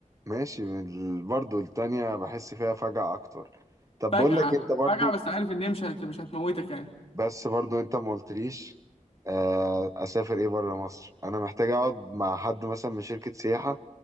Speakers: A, on the right; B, on the left.
A: ماشي من ال- برضو التانية بحس فيها فجعه اكتر طب
B: فجعه
A: بقول لك انت برضو
B: فجعه بس عارف ان هي مش هت... مش هتموتك يعني
A: بس برضو انت ما قلتليش آه، اسافر ايه بره مصر انا محتاج اقعد مع حد مثلا من شركه سياحه